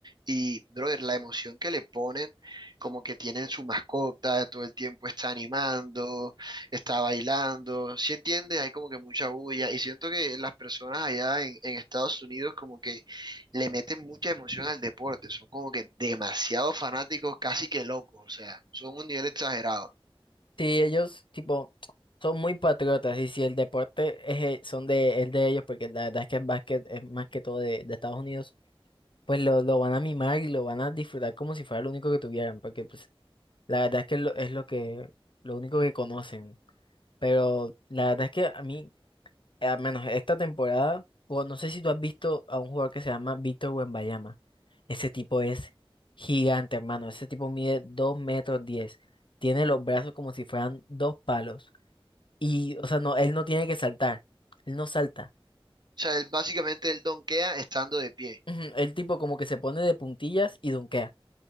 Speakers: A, on the right; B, on the left.
A: Y, brother, la emoción que le ponen, como que tienen su mascota, todo el tiempo está animando, está bailando, ¿sí entiende? Hay como que mucha bulla y siento que las personas allá en, en Estados Unidos como que le meten mucha emoción al deporte, son como que demasiado fanáticos, casi que locos, o sea, son un nivel exagerado.
B: Sí, ellos, tipo, son muy patriotas, y si el deporte es, el son de, el de ellos, porque la verdad es que el básquet es más que todo de de Estados Unidos. pues lo, lo van a mimar y lo van a disfrutar como si fuera lo único que tuvieran, porque pues la verdad es que lo, es lo que, lo único que conocen. Pero la verdad es que a mí, al menos esta temporada, o no sé si tú has visto a un jugador que se llama Víctor Wembanyama. Ese tipo es gigante, hermano. Ese tipo mide dos metros diez Tiene los brazos como si fueran dos palos. Y, o sea, no, él no tiene que saltar. Él no salta.
A: O sea, él básicamente él donkea estando de pie.
B: Ujú,
A: <laughs>
B: El tipo como que se pone de puntillas y dunkea.